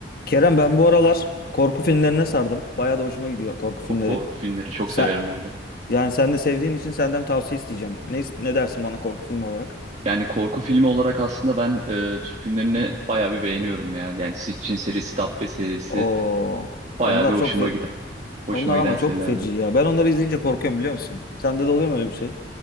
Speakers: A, on the left; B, on the right.
A: Kerem ben bu aralar korku filmlerine sardım. Bayağı da hoşuma gidiyor korku
B: O
A: filmleri.
B: korku filmleri çok
A: Sen
B: severim ben de.
A: yani sen de sevdiğin için senden tavsiye isteyeceğim. Ne ne dersin bana korku filmi olarak?
B: Yani korku filmi olarak aslında ben e, Türk filmlerini bayağı bir beğeniyorum ya. Yani Sitchin serisi, Dabbe serisi
A: Oo,
B: bayağı
A: onlar
B: bir hoşuma
A: çok fe-
B: giden. Hoşuma
A: onlar
B: giden
A: ama
B: serilerden.
A: çok feci ya. Ben onları izleyince korkuyorum biliyor musun? Sende de oluyor mu öyle bir şey?